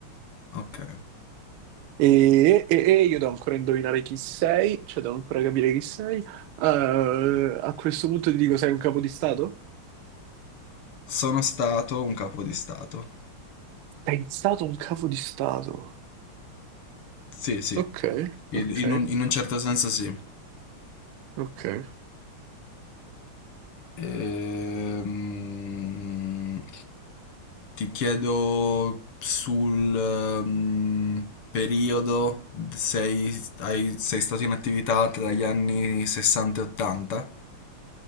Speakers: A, on the left; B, on the right.
A: Ok.
B: E, e- e io devo ancora indovinare chi sei, cioè devo ancora capire chi sei. Eh, a questo punto ti dico, sei un capo di Stato?
A: Sono stato un capo di stato.
B: Sei stato un capo di Stato.
A: Sì, sì,
B: Ok,
A: in,
B: ok,
A: in un, in un certo senso sì.
B: ok.
A: Ehm, ti chiedo sul ehm, periodo, sei, hai- sei stato in attività tra gli anni 60 e 80?